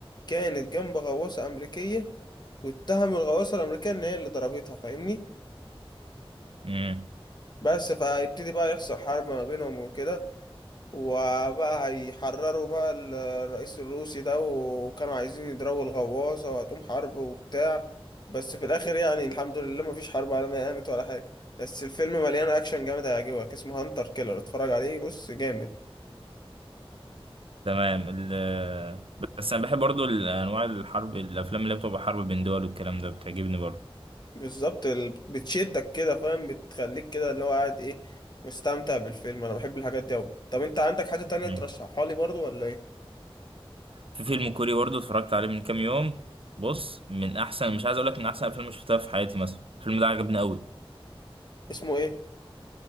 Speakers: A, on the left; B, on the right.
A: كانت جنب غواصة أمريكية واتهموا الغواصة الأمريكية إن هي اللي ضربتها فاهمني
B: مم.
A: بس فهيبتدي بقى يحصل حرب ما بينهم وكده وبقى هيحرروا بقى ال- الرئيس الروسي ده وكانوا عايزين يضربوا الغواصة وهتقوم حرب وبتاع بس في الآخر يعني الحمد لله مفيش حرب عالمية قامت ولا حاجة بس الفيلم مليان أكشن جامد هيعجبك اسمه هانتر كيلر اتفرج عليه بص جامد
B: تمام ال... بس انا بحب برضو انواع الحرب الافلام اللي بتبقى حرب بين دول والكلام ده بتعجبني برضو
A: بالظبط ال- بتشدك كده فاهم بتخليك كده اللي هو قاعد ايه مستمتع بالفيلم أنا بحب الحاجات دي أوي طب أنت عندك حاجة تانية
B: مم.
A: ترشحها لي برضو ولا ايه
B: في فيلم كوري برضو اتفرجت عليه من كام يوم بص من احسن مش عايز اقول لك من احسن الافلام اللي شفتها في حياتي مثلا الفيلم ده عجبني قوي
A: اسمه ايه